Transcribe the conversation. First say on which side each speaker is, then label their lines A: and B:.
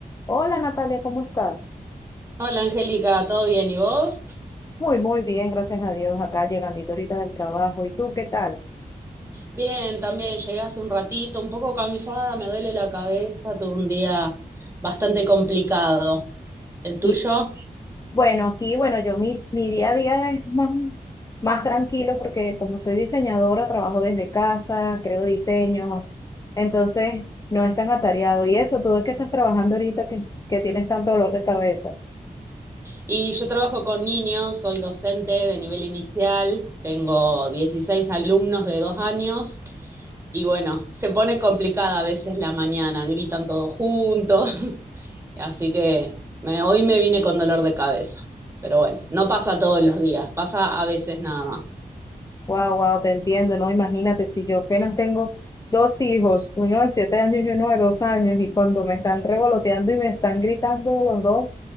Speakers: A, on the left (about 20°); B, on the right (about 20°).
A: Hola Natalia, ¿cómo estás?
B: Hola Angélica, ¿todo bien? ¿Y vos?
A: Muy, muy bien, gracias a Dios. Acá llegandito ahorita del trabajo. ¿Y tú qué tal?
B: Bien, también llegué hace un ratito, un poco cansada, me duele la cabeza, tuve un día bastante complicado. ¿El tuyo?
A: Y bueno, aquí, bueno, yo mi, mi día a día es más, más tranquilo porque como soy diseñadora, trabajo desde casa, creo diseños, entonces no es tan atareado. Y eso, tú es que estás trabajando ahorita que, que tienes tanto dolor de cabeza.
B: Y yo trabajo con niños, soy docente de nivel inicial, tengo 16 alumnos de dos años y bueno, se pone complicada a veces la mañana, gritan todos juntos, <laughs> así que me- hoy me vine con dolor de cabeza, pero bueno, no pasa todos los días, pasa a veces nada más.
A: Wow, wow, te entiendo, ¿no? Imagínate, si yo apenas tengo dos hijos, uno de siete años y uno de dos años, y cuando me están revoloteando y me están gritando los dos.